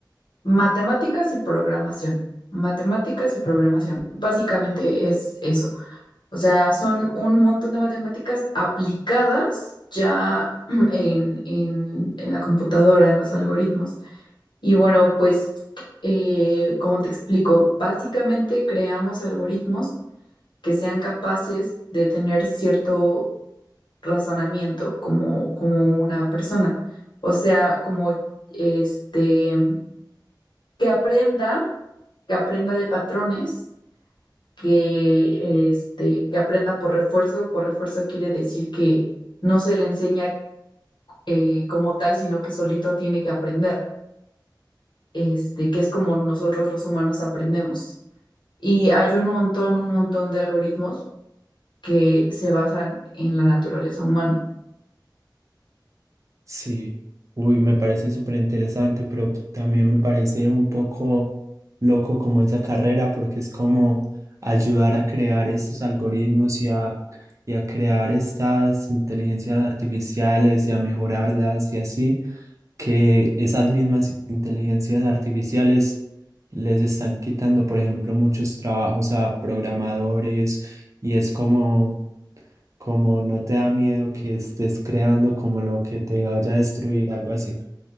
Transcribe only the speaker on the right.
Sí, uy, me parece súper interesante, pero también me parece un poco loco como esa carrera, porque es como ayudar a crear estos algoritmos y a, y a crear estas inteligencias artificiales y a mejorarlas y así. que esas mismas inteligencias artificiales les están quitando, por ejemplo, muchos trabajos a programadores y es como, como no te da miedo que estés creando como lo que te vaya a destruir, algo así.